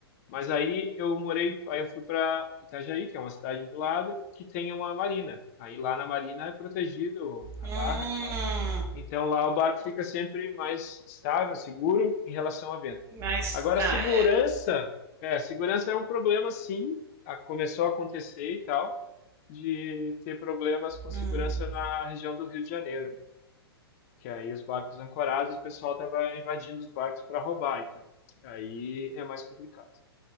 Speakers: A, on the left; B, on the right.
A: Mas aí eu morei, aí eu fui para Itajaí, que é uma cidade do lado, que tem uma marina. Aí lá na marina é protegido a
B: Hum,
A: barra e tal. Então lá o barco fica sempre mais estável, seguro em relação a vento.
B: mas
A: Agora,
B: tá,
A: segurança,
B: é.
A: é, segurança é um problema sim, a- começou a acontecer e tal, de ter problemas com segurança
B: Hum,
A: na região do Rio de Janeiro, né? que aí os barcos ancorados, o pessoal tava invadindo os barcos para roubar e tal. Aí é mais complicado.